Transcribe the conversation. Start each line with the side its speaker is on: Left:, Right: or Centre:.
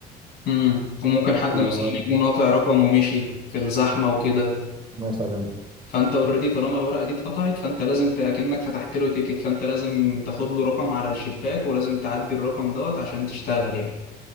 Left: امم وممكن حد
Right: يقول
Left: مثلا
Right: له ها
Left: يكون قاطع رقم ومشي في الزحمة وكده
Right: مثلا
Left: فانت اوريدي طالما الورقه دي اتقطعت فانت لازم كأنك فتحت له تيكت فانت لازم تاخد له رقم على الشباك ولازم تعدي الرقم دوت عشان تشتغل يعني